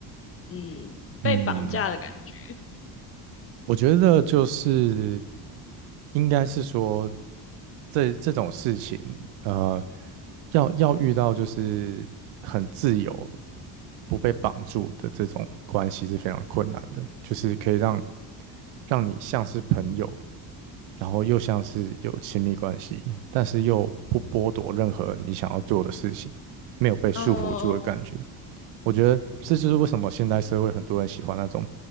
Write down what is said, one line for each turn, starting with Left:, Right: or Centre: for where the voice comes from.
Left: 嗯被绑架的感觉。
Right: 嗯。我觉得就是应该是说这这种事情，呃，要要遇到就是很自由、不被绑住的这种关系是非常困难的，就是可以让让你像是朋友，然后又像是有亲密关系，但是又不剥夺任何你想要做的事情，没有被束缚住的感觉。
Left: 嗯
Right: 我觉得这就是为什么现代社会很多人喜欢那种，